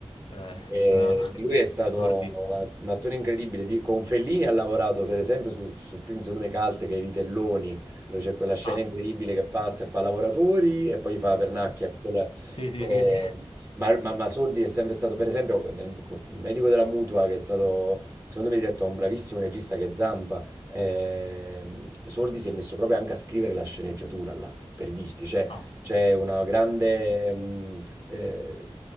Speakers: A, on the left; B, on the right.
A: Eh, <laughs> sta...
B: E lui è stato
A: Tordi.
B: una- un attore incredibile. Di- con Fellini ha lavorato, per esempio, sul, sul film secondo me Calte, che è I Telloni, dove c'è quella scena
A: Ah,
B: incredibile che passa e fa lavoratori e poi gli fa la pernacchia. Quella-
A: sì, sì,
B: eh,
A: sì, sì. sì.
B: ma, ma- ma Sordi è sempre stato, per esempio, nel co- Medico della Mutua, che è stato, secondo me, diretto da un bravissimo regista che è Zampa. ehm, Sordi si è messo proprio anche a scrivere la sceneggiatura là, per dirti, cioè
A: Ah,
B: c'è una grande, mh, eh,